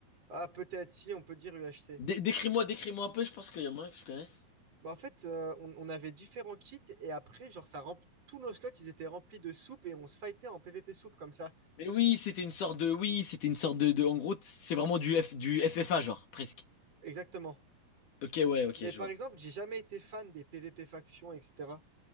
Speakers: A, on the right; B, on the left.
A: Ah, peut-être, si, on peut dire UHC.
B: Dé- décris-moi, décris-moi un peu, je pense qu'il y a moyen que je connaisse.
A: Bah, en fait, euh, on, on avait différents kits et après, genre, ça rem- tous nos slots, ils étaient remplis de soupe et on se fightait en PvP soupe comme ça.
B: Mais oui, c'était une sorte de. Oui, c'était une sorte de, de- En gros, c'est vraiment du, F, du FFA, genre, presque.
A: Exactement.
B: Ok, ouais, ok,
A: Mais
B: je
A: par
B: vois.
A: exemple, j'ai jamais été fan des PvP factions, etc.